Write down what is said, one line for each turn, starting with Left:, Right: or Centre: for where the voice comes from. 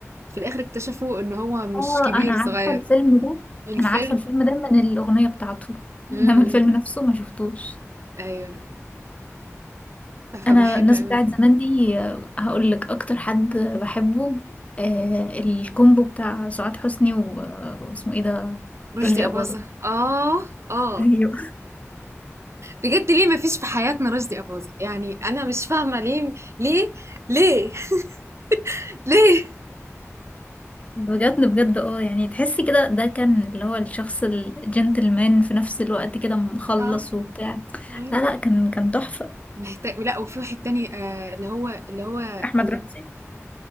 Right: في الاخر اكتشفوا ان هو مش
Left: اه
Right: كبير
Left: انا عارفه
Right: صغير
Left: الفيلم ده
Right: الفيلم
Left: انا عارفه الفيلم ده من الاغنيه بتاعته
Right: امم
Left: انما الفيلم نفسه ما شفتوش
Right: ايوه فبحب
Left: انا الناس
Right: قوي
Left: بتاعت زمان دي هقول لك اكتر حد بحبه آه الكومبو بتاع سعاد حسني و... واسمه ايه ده
Right: رشدي
Left: رشدي
Right: اباظة
Left: اباظه
Right: اه اه
Left: ايوه
Right: بجد ليه ما فيش في حياتنا رشدي اباظة يعني انا مش فاهمه ليه ليه ليه <laughs> ليه
Left: بجد بجد اه يعني تحسي كده ده كان اللي هو الشخص الجنتلمان في نفس الوقت كده مخلص
Right: اه
Left: وبتاع
Right: أيوة.
Left: لا لا كان كان تحفه
Right: محتاج لا وفي واحد تاني آه اللي هو اللي هو
Left: احمد
Right: اللي...
Left: رمزي